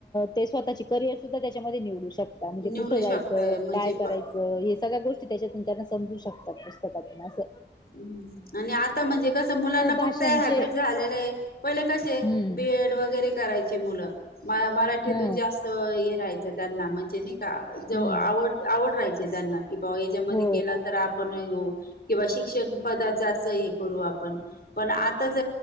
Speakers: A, on the left; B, on the left.
A: ते स्वतःची करिअर सुद्धा त्याच्यामध्ये निवडू शक या. म्हणजे
B: निवडू
A: कुठं जायचं,
B: शकताय म्हणजे
A: काय करायचं,
B: प
A: हे सगळ्या गोष्टी त्याच्यातून त्यांना समजू शकतात पुस्तकातून अस.
B: हम्म! आणि आ म्हणजे कस मुलांना
A: भाषांचे
B: फक्त हबिट झाले आहे, पहिले कशे
A: हम्म
B: बीएड वगैरे करायचे मुलं म- मराठीतून
A: हा
B: जास्त हे राहायचं त्यांना म्हणजे नाही.
A: हम्म
B: आवड- आवड राहायची त्यांना की बा याच्यामध्ये
A: हो
B: केला तर पण येऊ किंवा शिक्षण पदाच अस हे करू आपण. पण आताच